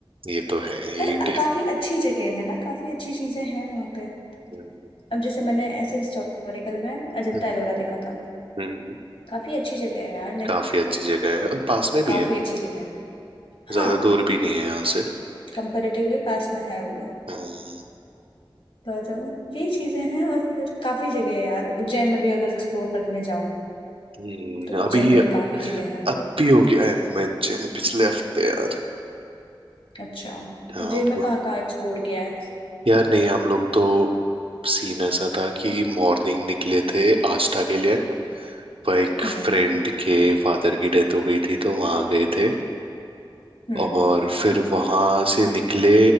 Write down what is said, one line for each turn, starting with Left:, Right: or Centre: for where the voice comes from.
Right: ये तो है ये
Left: पर
Right: इंडियन
Left: काफी अच्छी जगह है ना काफी अच्छी चीजें हैं वहां पे
Right: हम्म,
Left: अब जैसे मैंने ऐसे हिस्टोरिकल में अजंता
Right: हम्म,
Left: एलोरा देखा था
Right: हम्म।
Left: काफी अच्छी जगह है यार लाइक
Right: काफी अच्छी जगह है और पास में भी
Left: काफी
Right: है
Left: अच्छी जगह है हाँ
Right: ज्यादा दूर भी नहीं है यहाँ से
Left: कंपेरेटिवली पास में है वो
Right: हम्म,
Left: पर यही चीजें हैं और फिर काफी जगह है यार उज्जैन में भी अगर एक्सप्लोर करने जाओ
Right: हम्म,
Left: तो
Right: अभी
Left: उज्जैन में भी काफी जगह
Right: अब
Left: हैं
Right: भी होके आए हूँ मैं उज्जैन पिछले हफ्ते यार
Left: अच्छा
Right: यहाँ
Left: उज्जैन
Right: आप
Left: में कहाँ कहाँ एक्सप्लोर किया है
Right: यार नहीं हम लोग तो सीन ऐसा था कि मॉर्निंग निकले थे आष्टा के लिए पर एक
Left: हम्म
Right: फ्रेंड के फादर की डेथ हो गई थी तो वहां गए थे
Left: हम्म
Right: और फिर वहां से निकले